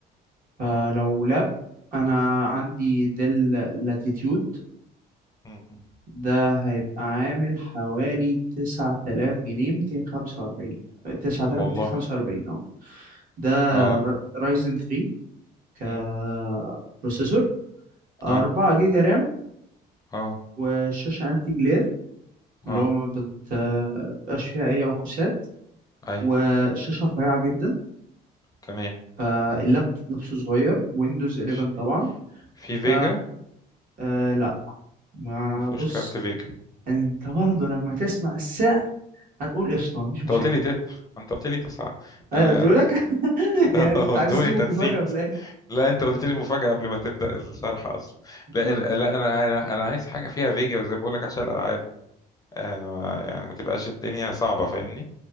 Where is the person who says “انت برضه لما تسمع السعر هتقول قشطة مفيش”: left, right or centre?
Right